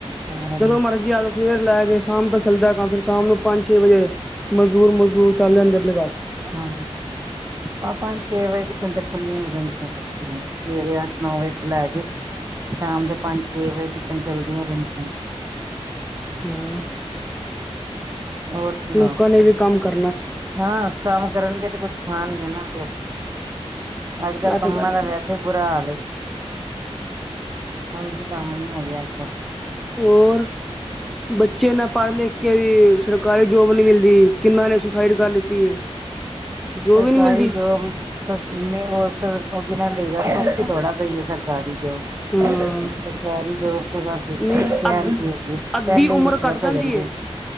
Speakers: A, on the right; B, in the centre.
A: ਸਾਰਾ ਦਿਨ
B: ਜਦੋਂ ਮਰਜ਼ੀ ਆ ਜਾਓ ਸਵੇਰ ਲੈ ਕੇ ਸ਼ਾਮ ਤਕ ਚੱਲਦਾ ਐ ਹਾ ਫਿਰ ਸ਼ਾਮ ਨੂੰ ਪੰਜ ਛੇ ਵਜੇ ਮਜ਼ਦੂਰ ਮਜ਼ਦੂਰ ਚਲ ਲੈਂਦੇ ਅਪਣੇ ਘਰ
A: ਹਾਂ ਪੰਜ ਛੇ ਵਜੇ ਤੀਕਣ ਤੇ ਖੁੱਲੀਆਂ ਰਹਿੰਦੀਆਂ ਫੈਕਟਰੀਆਂ ਸਵੇਰੇ ਅੱਠ ਨੌ ਵਜੇ ਤੋਂ ਲੈ ਕੇ ਸ਼ਾਮ ਦੇ ਪੰਜ ਛੇ ਵਜੇ ਤੀਕਣ ਚਲਦੀਆਂ ਰਹਿੰਦੀਆਂ।
B: ਹੋਰ
A: ਹੋਰ ਸੁਣਾਓ?
B: ਲੋਕਾਂ ਨੇ ਵੀ ਕੰਮ ਕਰ
A: ਹਾਂ, ਕੰਮ ਕਰਨਗੇ ਤੇ ਕੁਛ ਖਾਣਗੇ ਨਾ ਰੋ ਅੱਜ ਕੱਲ੍ਹ
B: ਇਹ
A: ਕੰਮਾਂ
B: ਤੇ ਗੱਲ ਹੈਗੀ
A: ਦਾ ਵੈਸੇ ਬੁਰਾ ਹਾਲ ਐ। ਹਾਂਜੀ, ਕੰਮ ਨੀ ਹੈਗੇ ਅੱਜ ਕੱਲ
B: ਔਰ ਬੱਚੇ ਨਾ ਪੜ੍ਹ ਲਿਖ ਕੇ ਵੀ ਸਰਕਾਰੀ ਜੋਬ ਨੀ ਮਿਲਦੀ ਕਿਨਾਂ ਨੇ ਸੁਸਾਈਡ ਕਰ ਲਿੱਤੀ ਹੈ ਜੋਬ
A: ਸਰਕਾਰੀ
B: ਹੀ ਨਹੀਂ ਮਿਲਦੀ
A: ਜੋੌਬ ਨੇ ਸਰ ਉਹ ਕਿ ਨਾਲ ਲਦਾ ਥੋੜਾ ਦਈਓ ਸਰਕਾਰੀ ਜੋ
B: ਹਾਂ
A: ਸਰਕਾਰੀ ਜੋ ਤੇ ਬਸ ਕਹਿ
B: ਨੀ ਅੱਧ
A: ਦੀ ਹੋ
B: ਅੱਧੀ
A: ਪਹਿਲੇ
B: ਉਮਰ
A: ਰਿਸ਼ਵਤ
B: ਕੱਟ
A: ਹੋ ਜਾਂਦੀ
B: ਏ